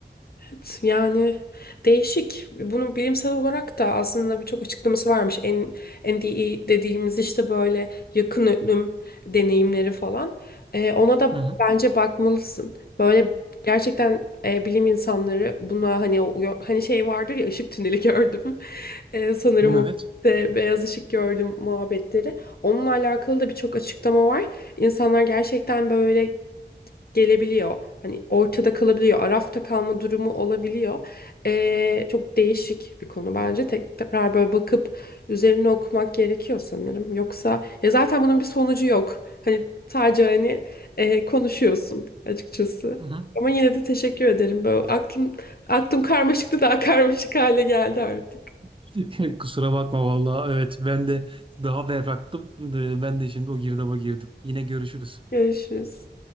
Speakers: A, on the left; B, on the right.
A: Evet, yani değişik. Bunun bilimsel olarak da aslında birçok açıklaması varmış. En, NDE dediğimiz işte böyle yakın ölüm deneyimleri falan. Ee, ona da
B: Hı hı.
A: bence bakmalısın. Böyle gerçekten e, bilim insanları buna hani o- hani şey vardır ya ışık tüneli gördüm. <laughs> Ee, sanırım
B: Evet.
A: o de beyaz ışık gördüm muhabbetleri. Onunla alakalı da birçok açıklama var. İnsanlar gerçekten böyle gelebiliyor. Hani ortada kalabiliyor. Arafta kalma durumu olabiliyor. Ee, çok değişik bir konu bence. Tek- Tekrar böyle bakıp üzerine okumak gerekiyor sanırım. Yoksa ya zaten bunun bir sonucu yok. Hani sadece hani e, konuşuyorsun açıkçası.
B: Hı hı.
A: Ama yine de teşekkür ederim. Böyle aklım aklım karmaşıktı daha <laughs> karmaşık hale geldi artık.
B: <laughs> Kusura bakma vallahi. Evet ben de daha berraktım. Ee, Ben de şimdi o girdaba girdim. Yine görüşürüz.
A: Görüşürüz.